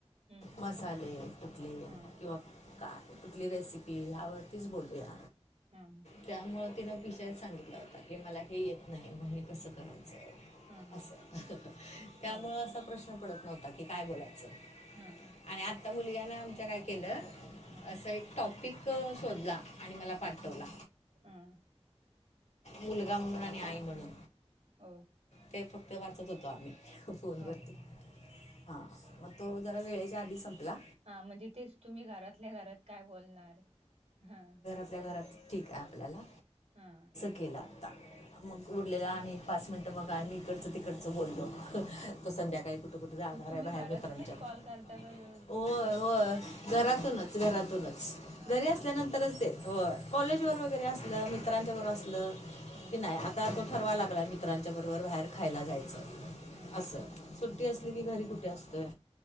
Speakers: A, on the right; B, on the left.
A: हम्म
B: मसाले कुटले
A: हम्म
B: किंवा काय कुठली रेसिपी ह्यावरतीच बोलूया.
A: हा हा
B: त्यामुळे तिनं विषयच सांगितला होता की मला हे येत नाही मग हे कसं कराय
A: हम्म हम्म.
B: असं त्यामुळ
A: हो
B: असा प्रश्न पडत नव्हता की काय बोलायचं.
A: हम्.
B: आणि आत्ता मुलग्यान आमच्या काय केलं
A: हम्म
B: असं एक टॉपिक शोधला आणि मला पाठवला.
A: हम्म
B: मुलगा म्हणून आणि आई म्हणून.
A: अ
B: ते फक्त वाचत होतो आम्ही फोनवर.
A: हो का
B: हा मग तो जरा वेळेच्या आधी संपला.
A: हा म्हणजे तेच, तुम्ही घरातल्या घरात काय बोलणार. हा
B: आपल्या घरात ठीक आहे आपल्याला.
A: हा
B: केल आता. मग
A: हो
B: उरलेल आणि पाच मिनट मग आमी इकडच तिकडच बोललो. तो
A: हं.
B: संध्याकाळी कुठे कुठे राहणार
A: मग तुम्ही
B: आहे बाहेर
A: घरातूनच
B: मित्रांच्याब
A: कॉल करता का जो-
B: होय
A: तो बाहेर
B: होय घरातूनच घरातूनच.
A: हा
B: घरी असल्यानंतर
A: का
B: तरच ते, हो कॉलेजवर
A: हम्म
B: वगैरे असल मित्रांच्याबरोबर असल
A: हम्म
B: की नाही आता तो ठरवा लागला मित्रांच्या बरोबर बाहेर खायला जायच
A: हम्म
B: अस. सुट्टी असली की घरी कुठे असतोय.